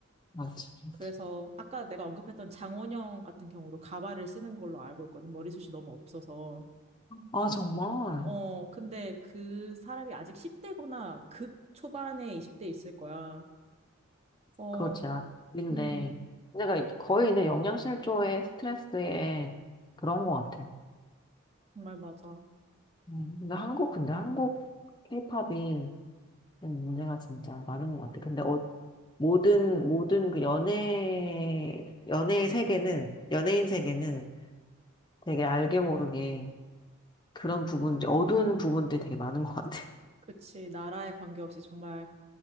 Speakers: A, on the left (about 20°); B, on the right (about 30°).
A: 맞지, 맞지.
B: 그래서 아까 내가 언급했던 장원영 같은 경우도 가발을 쓰는 걸로 알고 있거든. 머리숱이 너무 없어서.
A: 아, 정말.
B: 어, 근데 그 사람이 아직 10대거나 극 초반에 20대 있을 거야. 어,
A: 그렇지. 아, 근데
B: 음,
A: 내가 거의 이제 영양실조에 스트레스에 그런 것 같아.
B: 정말 맞아.
A: 음, 근데 한국, 근데 한국 케이팝이 문제가 진짜 많은 것 같아. 근데 어, 모든, 모든 그 연애, 연애의 세계는, 연예인 세계는 되게 알게 모르게 그런 부분들, 어두운 부분들이 되게 많은 것 같아.
B: 그치. 나라에 관계없이 정말